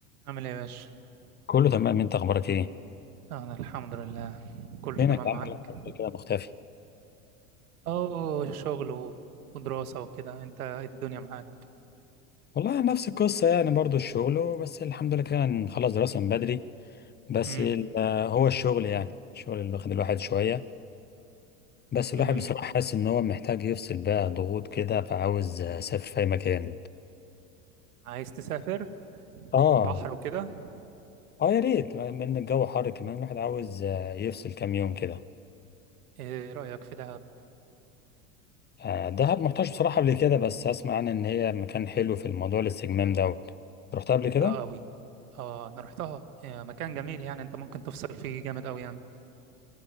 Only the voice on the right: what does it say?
عامل ايه يا باشا؟
أنا الحمد لله كله
تمام
معاك؟
أو شغل و- ودراسة وكده أنت إيه الدنيا معاك
امم
امم
عايز تسافر
بحر وكده؟
إيه رأيك في دهب؟
أه أوي أه أنا رحتها إيه مكان جميل يعني أنت ممكن تفصل فيه جامد أوي يعني